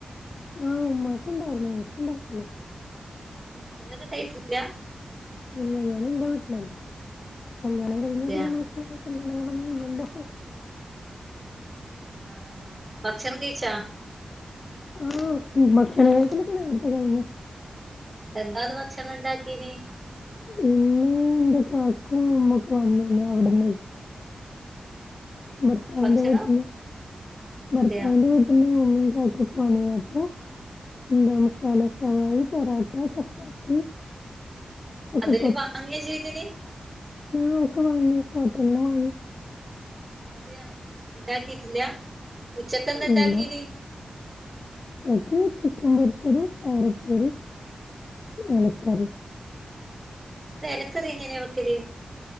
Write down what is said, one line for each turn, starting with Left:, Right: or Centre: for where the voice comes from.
Left: ആഹ് ഉമ്മക്ക്ണ്ടായിര്ന്ന് എനക് ണ്ടായിട്ടില്ല.
Right: നിങ്ങക്ക്ണ്ടായിട്ടില്ല.
Left: ഇല്ല ഞാന് ന്റെ വീട്ടിലല്ലേ കല്യാണം കഴിഞ്ഞാ
Right: അതെയാ
Left: പിന്നെ നമക്ക് വടെ കല്യാണങ്ങളൊന്നു ല്ലല്ലോ.
Right: ആഹ് ഭക്ഷണം കഴിച്ചാ?
Left: ആഹ് ഭക്ഷണ കഴിക്കലൊക്കെ നേർത്തെ കയ്ഞ്.
Right: എന്താന്ന് ഭക്ഷണം ണ്ടാക്കീനി?
Left: ഇന്ന് ന്റെ കാക്കു ഉമ്മൊക്കെ വന്നിന്നു അവ്ട്ന്നെ ഭർത്താവിന്റെ
Right: ഭക്ഷണം
Left: വീട്ട്ന്ന് ഭർത്താവിന്റെ
Right: അതെയാ
Left: വീട്ട്ന്ന് ഉമ്മിം കാക്കൊക്കെ വന്നീനു അപ്പോ എന്താ മസാല ശമായി, പൊറോട്ട, ചപ്പാത്തി ഒക്കെ
Right: അതെല്ലാം വാങ്ങ്യാ ചെയ്തിനി?
Left: ആഹ് ഒക്കെ വാങ്ങി ഹോട്ടൽന്നാവാങ്ങ്യെ?
Right: അതെയാ ഇണ്ടാക്കീട്ടില്ല ഉച്ചക്കെന്താ ണ്ടാക്കീനി.
Left: എന്താ ഉച്ചക്ക് ചിക്കൻ പൊരിച്ചതും പയറുപ്പേരിം എലക്കറിം
Right: എന്താ എലക്കറി ഇങ്ങനെ വെക്കല്?